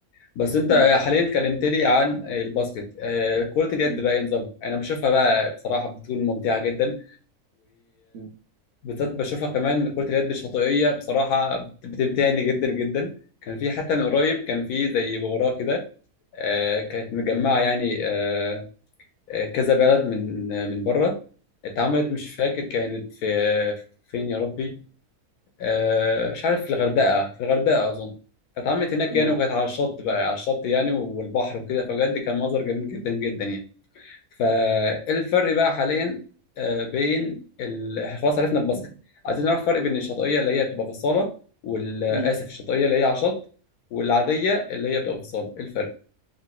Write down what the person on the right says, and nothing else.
مم.
مم.
مم.
مم.
مم.